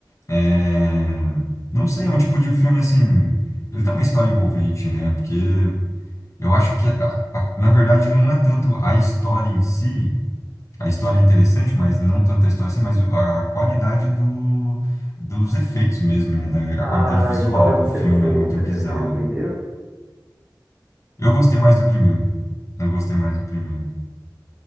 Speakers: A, on the left; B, on the right.
A: É, Não sei, é um tipo de filme assim. Ele tem uma história envolvente, né? Porque eu acho que, a- a- na verdade, não é tanto a história em si, a história é interessante, mas não tanto a história em si, mas o- a qualidade do, dos efeitos mesmo, né? Da,
B: A
A: a qualidade visual
B: história, você
A: do filme
B: gostou,
A: é muito
B: você
A: bizarro.
B: preferiu o primeiro?
A: Eu gostei mais do primeiro. Eu gostei mais do primeiro.